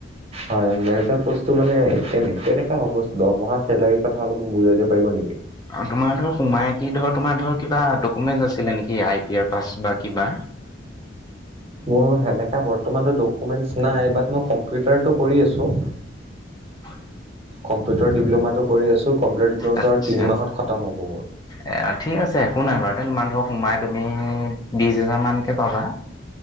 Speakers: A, on the right; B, on the left.
A: হয় মেনেজাৰ পোষ্টটো মানে কে কেনেকা হ'ব দহমহা চেলাৰীৰ কথা অলপ বুজাই দিব পাৰিব নেকি
B: অ তোমাৰ ধৰ সোমাই কি ধৰ তোমাৰ ধৰ কিবা ডকুমেণ্ট আছিলে নেকি আই টি আই পাছ বা কিবা
A: মোৰ সেনেকা বৰ্তমান ডকুমেন্ট নাই মই কম্পিউটাৰ কৰি আছো
B: হয়
A: কম্পিউটাৰ ডিপ্লমাটো কৰি আছো কম্পিটাৰ ডিপ্লমটো
B: আচ্ছা
A: আৰু তিনি মাহত খতম হ'ব মোৰ
B: এ ঠিক আছে একো নাই বাৰু তে তোমাৰ ধৰ সোমাই তুমি বিশ হাজাৰ মানকে পাবা